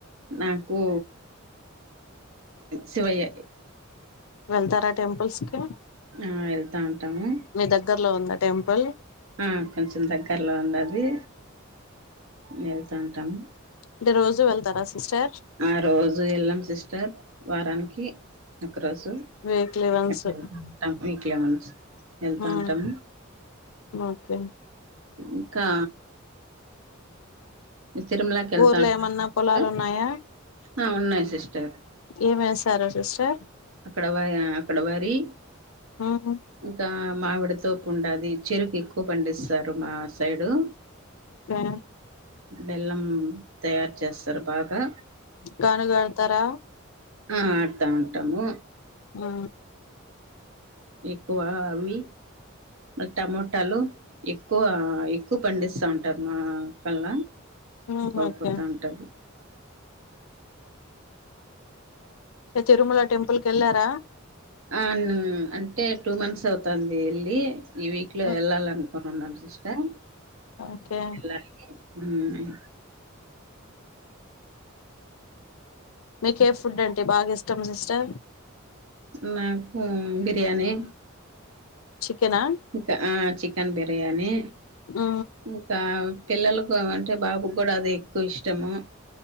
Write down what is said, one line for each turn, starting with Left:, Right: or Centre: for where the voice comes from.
Right: నాకు శివయ్యే
Left: వెళ్తారా టెంపుల్స్కి
Right: ఆ వెళ్తా ఉంటాము
Left: మీ దగ్గరలో ఉందా టెంపుల్
Right: మ్ కొంచెం దగ్గరలో ఉండాది. వెళ్తాంటాం.
Left: అంటే రోజు వెళ్తారా సిస్టర్?
Right: ఆ రోజు వెళ్ళం సిస్టర్ వారానికి ఒకరోజు
Left: వీక్లీ వన్స్
Right: ఎప్పుడు ఉంటాం వీక్ లో నుంచి వెళ్తాంటం
Left: మ్మ్ ఓకే
Right: ఇంకా మీరు తిరుమలాకి వెళ్తా
Left: ఊర్లో
Right: ఉంటరా?
Left: ఏమన్నా పొలాలు ఉన్నాయా
Right: ఆ ఉన్నాయి సిస్టర్.
Left: ఏమి ఏసారు సిస్టర్?
Right: అక్కడ వ అక్కడ వరి
Left: మ్మ్
Right: ఇంకా మావిడితోపు ఉండాది చెరుకు ఎక్కువ పండిస్తారు మా సైడు.
Left: ప్య
Right: బెల్లం తయారు చేస్తారు బాగా.
Left: గానుగాడతార
Right: ఆ ఆడుతా ఉంటాము
Left: ఆ
Right: ఎక్కువ అవి టమాటాలు ఎక్కువ ఎక్కువ పండిస్తా ఉంటారు మా కల్ల
Left: మ్మ్
Right: అవ్
Left: ఓకే
Right: పోతాంటది
Left: తిరుమల టెంపుల్ కెళ్లార?
Right: అ ను అంటే టూ మంత్స్ అవుతాంది ఎళ్ళి ఈ వీక్ లో
Left: మ్మ్
Right: ఎల్లలనుకొనున్నాం సిస్టర్
Left: ఓకే
Right: ఎళ్ళాలి మ్
Left: మీకు ఏ ఫుడ్ అంటే బాగా ఇష్టం సిస్టర్
Right: నాకు బిర్యానీ
Left: చికెనా?
Right: ఇంక ఆ చికెన్ బిర్యానీ.
Left: ఆ
Right: ఇంకా పిల్లలకు అంటే బాబుకి కూడ అదే ఎక్కువ ఇష్టము.